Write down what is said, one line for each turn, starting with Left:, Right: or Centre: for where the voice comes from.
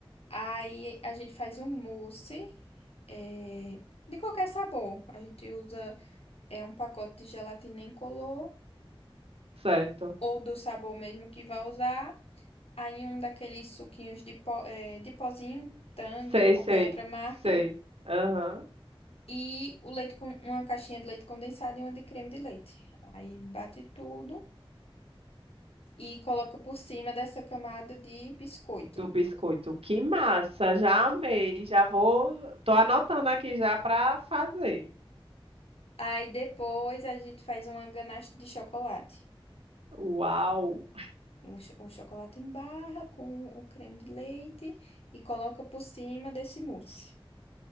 Left: Aí a gente faz um mousse é, de qualquer sabor. A gente usa é, um pacote de gelatina incolor
Right: Certo.
Left: ou do sabor mesmo que vai usar. Aí um daqueles suquinhos de, pó, é, de pozinho, Tang
Right: Sei,
Left: ou qualquer
Right: sei,
Left: outra marca.
Right: sei. Aham.
Left: E o leite com uma caixinha de leite condensado e uma de creme de leite. Aí bate tudo e coloca por cima dessa camada de biscoito.
Right: do biscoito. Que massa, já amei, já vou, tô anotando aqui já para fazer.
Left: Aí depois a gente faz uma ganache de chocolate.
Right: Uau,
Left: O, cho- o chocolate em barra com o creme de leite e coloca por cima desse mousse.